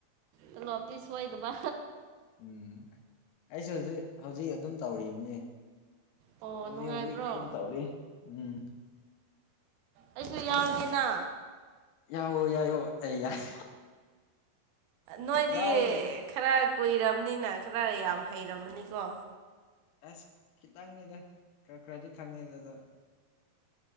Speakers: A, on the right; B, on the left.
A: ꯇꯂꯣꯞꯇꯤ ꯁꯣꯏꯗꯕ
B: ꯎꯝ ꯑꯩꯁꯨ ꯍꯧꯖꯤꯛ ꯍꯧꯖꯤꯛ ꯑꯗꯨꯝ ꯇꯧꯔꯤꯕꯅꯤ
A: ꯑꯣ
B: ꯍꯧꯖꯤꯛ
A: ꯅꯨꯡꯉꯥꯏꯕ꯭ꯔꯣ
B: ꯍꯧꯖꯤꯛ ꯑꯗꯨꯝ ꯇꯧꯔꯤ ꯎꯝ
A: ꯑꯩꯁꯨ ꯌꯥꯎꯒꯦꯅ
B: ꯌꯥ ꯌꯥꯏꯣ ꯑꯩ ꯌꯥꯏ
A: ꯅꯣꯏꯗꯤ
B: ꯌꯥꯎꯋꯣ
A: ꯈꯔ ꯀꯨꯏꯔꯕꯅꯤꯅ ꯈꯔ ꯌꯥꯝ ꯍꯩꯔꯝꯃꯅꯤꯀꯣ
B: ꯑꯁ ꯈꯤꯇꯪꯅꯤꯗ ꯈꯔ ꯈꯔꯗꯤ ꯈꯪꯉꯦ ꯑꯗꯨꯗ